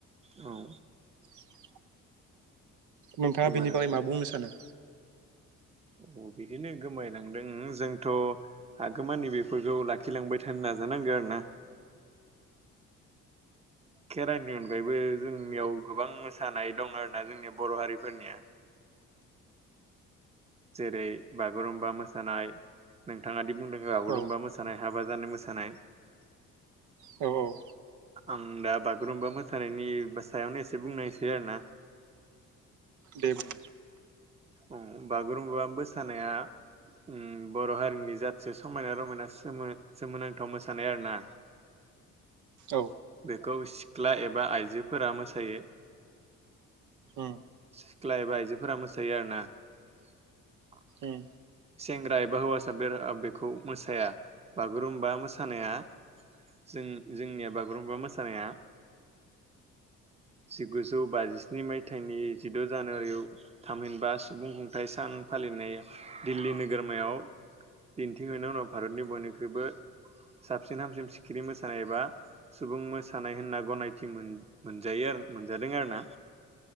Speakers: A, on the right; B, on the right.
A: औ
B: <inaudible> नोंथाङा
A: गोमालांदों
B: बेनि बागै मा बुंनो सानो
A: अ बिदिनो गोमालांदों जोंथ' हागोमानि बेफोरखौ लाखिलांबाय थानो नाजानांगौ आरो ना खेरानि अनगायैबो जोंनियाव गोबां मोसानाय दं आरो ना जोंनि बर' हारिफोरनिया जेरै बागुरुम्बा मोसानाय नोंथाङादि बुं। लोगो बागुरुमबा
B: औ
A: मोसानाय हाबा जानाय मोसानाय। जानाय।
B: औ -औ-।
A: आं दा बागुरुम्बा मोसानायनि सायावनो एसे बुंनायसै आरो ना।
B: दे बुं।
A: उ बागुरुम्बा मोसानाया उ बर' हारिनि जासे समायना रमायना सोमो सोमोनांथाव मोसानाय आरो ना
B: औ
A: बेखौ सिख्ला एबा आइजोफोरा मोसायो
B: उम
A: सिख्ला एबा आइजोफोरा मोसा। सायो आरोना। <inaudible>
B: उम
A: सेंग्रा एबा हौवासा बे बेखौ मोसाया बागुरुम्बा मोसानाया जों जोंनिया बागुरुम्बा मोसानाया जिगुजौ बाजिस्नि मायथाइनि जिद' जानुवारियाव थामहिनबा सुबुं खुंथाइ सान फालिनाय। दिल्ली नोगोरमायाव दिन्थिहनायनि उनाव भारतनि बयनिख्रुइबो साबसिन हामसिन सिखिरि मोसानाय एबा सुबुं मोसानाय होनना गनायथि मोन मोनजायो मोनजादों आरो ना।